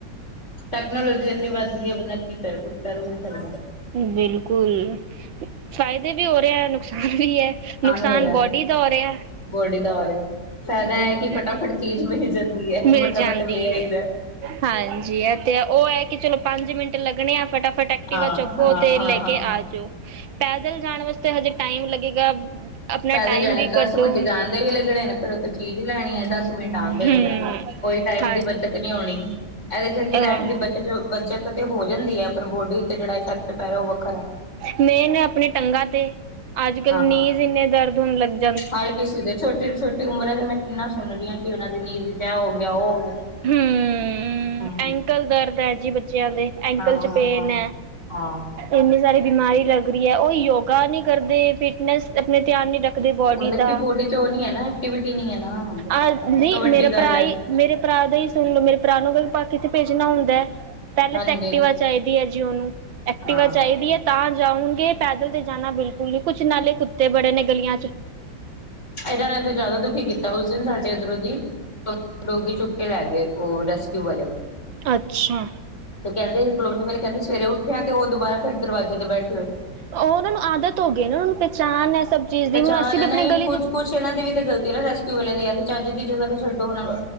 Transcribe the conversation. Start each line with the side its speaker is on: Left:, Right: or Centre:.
Left: ਟੈਕਨੋਲੋਜੀ ਐੰਨੀ ਵੱਧ ਗਈ ਐ। ਬੰਦਾ ਕੀ ਕਰੇ ਕੁਛ ਕਰ ਵੀ ਨਹੀਂ ਸਕਦਾ।
Right: ਬਿਲਕੁਲ, ਫ਼ਾਇਦੇ ਵੀ ਹੋ ਰਿਹਾ। ਵੀ ਐ, ਨੁਕਸਾਨ
Left: ਵੀ ਹੋ ਰਿਹਾ
Right: ਬੋਡੀ ਦਾ ਹੋ ਰਿਹਾ।
Left: ਬੋਡੀ ਦਾ ਹੋ ਆ ਰਿਹਾ। ਫਾਇਦਾ
Right: ਬਿਲਕੁਲ
Left: ਐ ਕਿ ਫਟਾਫਟ ਚੀਜ਼ ਮਿਲ ਜਾਂਦੀ ਐ,
Right: ਮਿਲ
Left: ਫਟਾਫਟ
Right: ਜਾਂਦੀ
Left: ਲੇਆਈਦਾ।
Right: ਹੈ ਹਾਂਜੀ ਇਹ ਤੇ ਉਹ ਐ ਕਿ ਚਲੋ ਪੰਜ ਮਿੰਟ ਲੱਗਣੇ ਆ। ਫਟਾਫਟ ਐਕਟਿਵਾ
Left: ਹਾਂ
Right: ਆ ਚੱਕੋ
Left: ਹਾਂ ਹਾਂ
Right: ਤੇ
Left: ਹਾਂ
Right: ਲੈ ਕੇ
Left: ਹਾਂ
Right: ਆ ਜਾਓ। ਪੈਦਲ ਜਾਣ ਵਾਸਤੇ ਹਜੇ ਟਾਈਮ ਲੱਗੇਗਾ। ਆਪਣਾ
Left: ਪੈਦਲ
Right: ਟਾਈਮ
Left: ਜਾਣੇ
Right: ਵੀ
Left: ਦਸ
Right: ਕੱਢੋ
Left: ਮਿੰਟ ਜਾਣਦੇ ਵੀ ਲੱਗਣੇ ਨੇ। ਫਿਰ ਉੱਥੇ ਚੀਜ਼ ਲੈਣੀ ਐ। ਦਸ ਮਿੰਟ ਆਣ ਦੇ
Right: ਹਮ
Left: ਲੱਗਣੇ। ਕੋਈ ਟਾਈਮ ਦੀ ਬੱਚਤ ਨਹੀਂ ਹੋਣੀ। ਇਹਦੇ ਥੋੜੀ
Right: ਹਾਂ
Left: ਟਾਈਮ ਦੀ ਬਤ ਬੱਚਤ ਤੇ ਹੋ ਜਾਂਦੀ ਐ। ਪਰ ਬੋਡੀ ਉਤੇ ਜਿਹੜਾ ਇਫੈਕਟ ਪੈ ਰਿਹਾ ਉਹ ਵੱਖਰਾ ਐ।
Right: ਮੇਨ ਆਪਣੇ ਟੰਗਾਂ ਤੇ, ਅੱਜ ਕੱਲ
Left: ਹਾਂ।
Right: ਨੀਦ ਇੰਨੇ ਦਰਦ ਹੋਣ ਲੱਗੇ।
Left: ਹਰ ਕਿਸੇ ਦੇ ਛੋਟੀ-ਛੋਟੀ ਉਮਰ ਹੈ। ਤੇ ਮੈਂ ਕਿੰਨਾ ਸੁਣ ਰਹੀ ਹਾਂ। ਕਿ ਉਹਨਾਂ ਦੀ ਨੀਂਦ ਵਿੱਚ ਐ ਹੋ ਗਿਆ, ਉਹ ਹੋ ਗਿਆ।
Right: ਹਮ।
Left: ਹਾਂ।
Right: ਐਂਕਲ ਦਰਦ ਐ ਜੀ ਬੱਚਿਆਂ ਦੇ, ਐਂਕਲ
Left: ਹਾਂ
Right: ਚ
Left: ਹਾਂ
Right: ਪੇਨ
Left: ਹਾਂ।
Right: ਐ।
Left: ਹਾਂ।
Right: ਇੰਨੀ ਸਾਰੀ ਬਿਮਾਰੀ ਲੱਗ ਰਹੀ ਐ। ਉਹ ਯੋਗਾ ਨਹੀਂ ਕਰਦੇ, ਫਿਟਨੈਸ ਆਪਣੇ ਧਿਆਨ ਨਹੀਂ ਰੱਖਦੇ। ਰੱਖਦੇ ਬੋਡੀ
Left: ਮਤਲਬ
Right: ਦਾ,
Left: ਕਿ ਬੋਡੀ ਚ ਉਹ
Right: <unintelligible>
Left: ਨੀ ਹੈ ਨਾ ਐਕਟੀਵਿਟੀ ਨੀ ਹੈ ਨਾ
Right: ਆ ਨਹੀਂ
Left: ਸਭ ਤੋਂ ਵੱਡੀ
Right: ਮੇਰਾ
Left: ਗੱਲ
Right: ਭਰਾ
Left: ਹੈ
Right: ਹੀ ਮੇਰੇ ਭਰਾ ਦਾ ਹੀ ਸੁਣ ਲਓ। ਮੇਰੇ ਭਰਾ ਨੂੰ ਪਾ ਕਿਥੇ ਭੇਜਣਾ ਹੁੰਦਾ ਐ। ਪਹਿਲੇ
Left: ਹਾਂਜੀ।
Right: ਤਾਂ ਐਕਟਿਵਾ ਚਾਹੀਦੀ ਐ ਜੀ ਉਹਨੂੰ, ਐਕਟਿਵਾ
Left: ਹਾਂ।
Right: ਚਾਹੀਦੀ ਐ, ਤਾਂ ਜਾਊਂਗੇ। ਪੈਦਲ ਤੇ ਜਾਣਾ ਬਿਲਕੁਲ ਨਹੀਂ, ਕੁਛ ਨਾਲੇ ਕੁੱਤੇ ਬੜੇ ਨੇ ਗਲੀਆਂ 'ਚ।
Left: ਇਹਨਾਂ ਨੇ ਤਾਂ ਜ਼ਿਆਦਾ ਦੁਖੀ ਕੀਤਾ। ਉਸ ਦਿਨ ਸਾਡੇ ਇੱਧਰੋਂ ਦੀ ਡੋਗੀ ਚੁੱਕ ਕੇ ਲੈ ਗਏ। ਉਹ ਰੈਸਕਿਊ ਵਾਲੇ
Right: ਅੱਛਾ।
Left: ਤੇ ਕਹਿੰਦੇ ਕਲੋਨੀ ਵਾਲੇ ਕਹਿੰਦੇ ਸਵੇਰੇ ਉਠਿਆ, ਤੇ ਉਹ ਦੁਬਾਰਾ ਫਿਰ ਦਰਵਾਜ਼ੇ ਤੇ ਬੈਠੇ ਹੋਏ।
Right: ਉਹ ਉਹਨਾਂ ਨੂੰ ਆਦਤ ਹੋ ਗਈ ਨਾ ਉਹਨਾਂ ਨੂੰ ਪਹਿਚਾਣ ਐ। ਸਭ ਚੀਜ਼
Left: ਪਹਿਚਾਣ
Right: ਦੀ ਹੁਣ ਅਸੀਂ
Left: ਹੈ
Right: ਵੀ ਆਪਣੇ
Left: ਨਹੀਂ
Right: ਗਲੀ
Left: ਕੁਛ
Right: ਦੀ
Left: ਕੁਛ ਇਹਨਾਂ ਦੀ ਵੀ ਤਾ ਗਲਤੀ ਐ ਨਾ, ਰੈਸਕਿਊ ਵਾਲਿਆਂ ਦੀ ਹੈ ਤੇ ਚੱਜ ਦੀ ਜਗ੍ਹਾ ਤੋਂ ਛੱਡੋ ਉਹਨਾਂ ਨੂੰ,